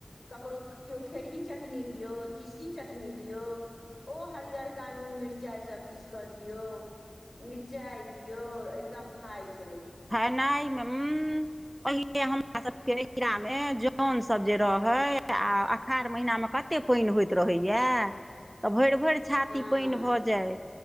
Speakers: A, on the left; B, on the right.
A: ककरो केओ खेरही चटनी दियौ तीसी चटनी दियौ ओ हरियरका नून मिरचाइसब पीस कऽ दियौ मिरचाइ दियौ एकदम खाइ छै
B: खेनाय मे हं पहिने हम हमरा सभके नहिरामे जनसभ जे रहै आ अखाढ़ महिनामे कते पाइन होइत रहै यैऽ तऽ भैर भैर छाती
A: हँ
B: पाइन भऽ जाय